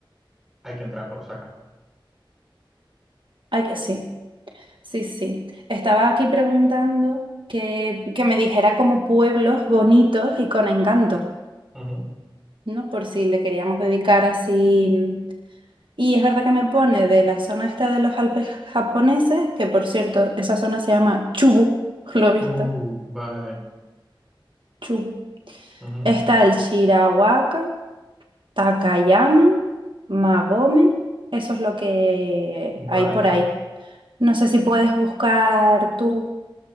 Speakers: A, in the centre; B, on the right (about 70°).
A: hay que entrar por Osaka.
B: Ay, que sí. Sí, sí. Estaba aquí preguntando que, que me dijera como pueblos bonitos y con encanto,
A: Ujú.
B: ¿no? Por si le queríamos dedicar así. Y es verdad que me pone de la zona esta de los Alpes japoneses, que por cierto, esa zona se llama Chubu, <laughs> lo he visto,
A: Uh, vale.
B: Chubu.
A: Ujú.
B: Está el Shirawaka, Takayama, Magome, eso es lo que
A: Vale.
B: hay por ahí. No sé si puedes buscar tú.